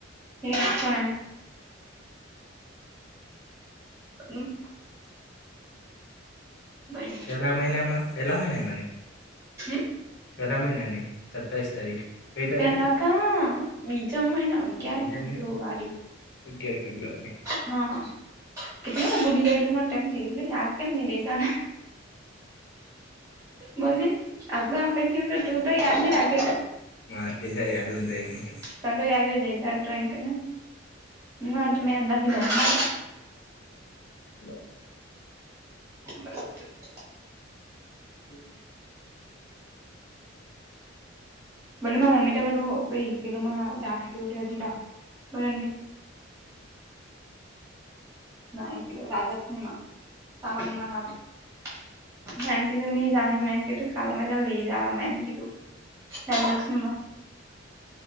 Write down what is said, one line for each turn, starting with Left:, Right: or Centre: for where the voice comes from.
Right: એ પણ હમ. પણ એમ
Left: પેલા મહિનામાં પેલા મહિનામાં
Right: હમ.
Left: પેલા મહિનાની સત્તાવીસ તારીખ. કઈ તારીખે
Right: તેલાકા બીજમને અગિયાર
Left: બીજા
Right: ફેબ્રુઆરી
Left: અગિયાર ફેબ્રવાને
Right: હા કેને ભૂલી જાય તું મને ટમ થઈ ગ યાદ કેમ નઈ રે ત ને બોને આપડ આ પેઠીું તો તું તો યાાર રાાગે
Left: હ તે જ આઈડડટ
Right: તાલો યાર જઈ ડ્રોઈંગને હ આ મે દખી લઈ.
Left: બાય.
Right: બ.
Left: <inaudible>
Right: ભોલી મમ્મી તો બધું ભ પેલું જાખેતી હો હજી <unintelligible> રાજલક્ષ્મીમાં સામાનના હારું <unintelligible> હે લક્ષ્મીમાં